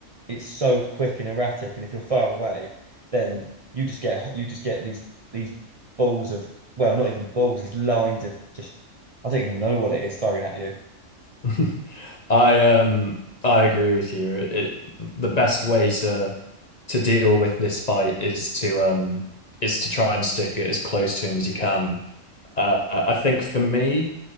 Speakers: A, on the right; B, on the left.
A: it's so quick and erratic, and if you're far away, then you just get you just get these these balls of well, not even balls, these lines of just I don't even know what it is thrown at you.
B: <laughs> I um I agree with you. It, the best way to to deal with this fight is to um is to try and stick it as close to him as you can. Uh, I think for me,